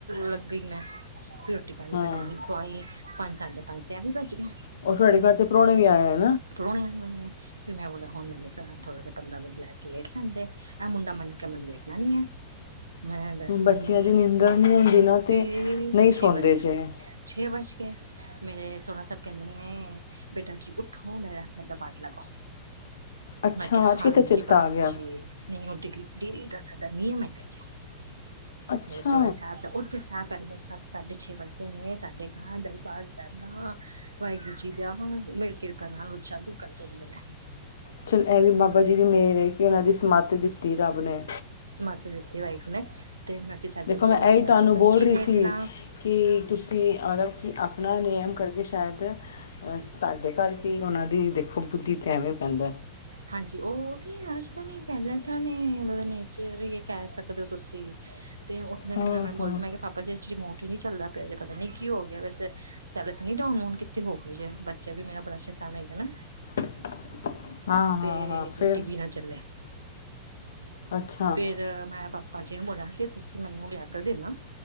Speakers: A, on the right (about 80°); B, on the left (about 65°).
A: ਲੱਗ ਗਈ ਮੈਂ ਫਿਰ ਰੋਟੀ ਪਾਣੀ
B: ਹਾਂ
A: ਬਣਾਈ ਖਵਾਈ ਪੰਜ ਸਾਢੇ ਪੰਜ ਤੇ ਐ ਵੀ ਭੱਜ ਗਿਆ
B: ਉਹ ਤੁਹਾਡੇ ਘਰ ਤੇ ਪ੍ਰਾਹੁਣੇ ਵੀ ਆਏ ਨੇ
A: ਪ੍ਰੁਣੇ ਮ ਨੇ ਫ ਮੈਂ ਬੋਲਿਆ ਹੁਣ ਮੈਨੂੰ ਥੋੜਾ ਪੰਦਰਾਂ ਮਿੰਟ ਲੈ ਲੇਟ ਲੈਂਦੇ ਇਹਹ ਮੁੰਡਾ ਮੈਨੂੰ ਕ ਕਿਹਾ ਮੈਨੂੰ ਲੇਟਣਾ ਨ ਹੈ ਮੈਂ ਦੱਸਦੀ
B: ਬੱਚਿਆਂ
A: ਨੀ
B: ਦੀ ਨਿੰਦਣ ਨਹੀਂ ਹੁੰਦੀ ਨਾ ਤੇ
A: ਫਿਰ
B: ਨਹੀਂ
A: ਛੇ
B: ਸਣਦੇ
A: ਵੱਜ
B: ਜਹੇ
A: ਗਿਆ ਛੇ ਵਜ ਕੇ ਮੇਰੇ ਸੋਲਾਂ ਸ ਕਹਿੰਦੇ ਨੇ ਬੇਟਾ ਜੀ ਉੱਠੋ ਨਰਾਸ ਦਾ ਬਾਡ ਲਾਗਾੋ
B: ਅੱਛਾ
A: ਮੈਂ ਕਿਹਾ
B: ਅੱਜ
A: ਹਾਂਜੀ
B: ਕਿਤੇ ਚੇਤਾ
A: ਪਾਪਾ
B: ਆ ਗਿਆ
A: ਜੀ ਨਹੀਂ ਹ ਡੇਰੀ ਦਾ ਸਾਡਾ ਨਿਯਮ ਹੈਗਾ ਜੇ
B: ਅੱਛਾ
A: ਮ ਸੋਹ ਸਾਹਿਬ ਦਾ ਉੱਦੇ ਸਬ ਪਹਿਲੇ ਸੀ ਸੱਤ ਸਾਢੇ ਛੇ ਵੱਜਦੇ ਨੇ ਸਾਡੇ ਘਰ ਦਰਬਾਰ ਸਾਹਿਬ ਦਾ ਵਾਹਿਗੁਰੂ ਜੀ ਦਾ ਮੇਰੀ ਕਿਰਪਾ ਨੂੰ ਚਾਲੂ ਕਰ ਦਿੰਦੇ ਨੇ
B: ਚਲ ਇਹ ਵੀ ਬਾਬਾ ਜੀ ਦੀ ਮੇਹਰ ਹੈ ਕਿ ਉਹਨਾਂ ਦੀ ਸਮੱਥ ਦਿੱਤੀ ਰੱਬ ਨੇ
A: ਮਤ ਦਿੱਤੀ ਵਾਹਿਗੁਰੂ ਤੇ ਮੈਂ ਫਿਰ ਸਾਢੇ
B: ਦੇਖੋ
A: ਛੇ
B: ਮੈਂ
A: ਵਜੇ
B: ਇਹੀ ਤੁਹਾਨੂੰ
A: ਕਿ ਮੈਂ
B: ਬੋਲ
A: ਕੀ
B: ਰਹੀ
A: ਲੇਟਣਾ
B: ਸੀ ਕਿ ਤੁਸੀਂ ਮਤਲਬ ਕਿ ਉਹ ਨੇਿਯਮ ਕਰਕੇ ਸ਼ਾਇਦ ਅਹ ਤੁਹਾਡੇ ਕਰਰਕੇ ਉਹਨਾਂ ਦੀ ਦੇਖੋ ਬੁੱਧੀ ਤੇ ਐਵੇਂ ਪੈਂਦਾ ਹੈ
A: ਹਾਂਜੀ ਉਹ ਤੇ ਅੱਜ ਤਾਂ ਨੀ ਪਹਿਲਾਂ ਤਾਂਣੇ ਮ ਨੇਚ ਕਹਿ ਸਕਦੇ ਹੋ ਤੁਸੀਂ ਤੇ ਉੱਠਦੇ ਨੇ
B: ਹਾਂ
A: ਮੈਂ ਮੈਨੂੰ ਬੋਲਦੇ
B: ਹਾਂ
A: ਮੈਂ ਕਿਹਾ ਪਾਪਾ ਜੇ ਅੋ ਨੀ ਚੱਲਦਾ ਪਿਆ ਜੇ ਪਤਾ ਨੀ ਕੀ ਹੋ ਗਿਆ ਵੈਸ ਸੈਲਰ ਨੀ ਡਾਊਨਨ ਕਿੱਥ ਹੋਏ ਜੇ ਬੱਚਾ ਵੀ ਮੇਰਾ ਬੜਾ ਤਣੇੇਗਣਾ
B: <inaudible> ਹਾਂ
A: ਤੇ
B: ਹਾਂ
A: ਜੇ
B: ਫਿਰ
A: ਟੀ ਵੀ ਨਾਲ ਚੱਲਿਆ
B: ਅੱਛਾ
A: ਫੇਰ ਮੈਂ ਬਾਪਾ ਭਾ ਜੀ ਨੂੰ ਬੋਲਿਆ ਕਿ ਤੁਸੀਂ ਮੈਨੂੰ ਲਿਆ ਕੇ ਦੇਣਾ